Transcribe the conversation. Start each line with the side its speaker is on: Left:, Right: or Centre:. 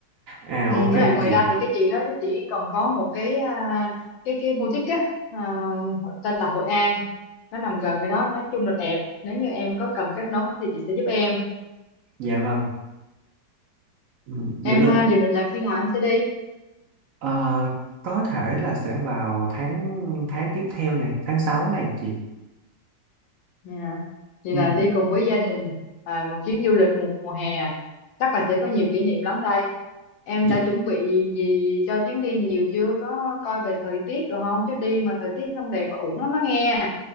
Right: à
Left: ừ,
Right: ok
Left: với lại ngoài
Right: chị,
Left: ra thì cái chị đó chỉ còn có một cái à, cái cái boutique á à, tên là Hội An nó nằm gần cái đó nói chung là đẹp nếu như em có cần kết nối thì chị sẽ giúp em
Right: dạ vâng, Ừ, những
Left: em
Right: lần
Left: à, dự định là khi nào em sẽ đi
Right: ờ, có thể là sẽ vào tháng tháng tiếp theo này, tháng 6 này chị.
Left: Dạ. Vậy
Right: Ừ.
Left: là đi cùng với gia đình à, một chuyến du lịch mùa, mùa hè à? chắc là sẽ có nhiều kỷ niệm lắm đây. Em
Right: Dạ,
Left: đã chuẩn bị gì cho chuyến đi nhiều chưa? Có coi về thời tiết rồi không? Chứ đi mà thời tiết không đẹp và uổng lắm á nghe.